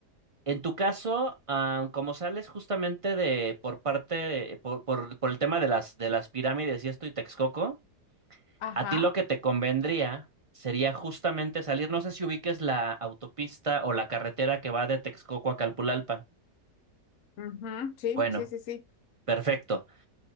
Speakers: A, on the right; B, on the left.
A: En tu caso, ah, como sales justamente de por parte de- por, por, por el tema de las de las pirámides y esto y Texcoco,
B: ajá,
A: a ti lo que te convendría sería justamente salir, no sé si ubiques la autopista o la carretera que va de Texcoco a Calpulalpan
B: ujú, sí,
A: Bueno,
B: sí, sí, sí.
A: perfecto.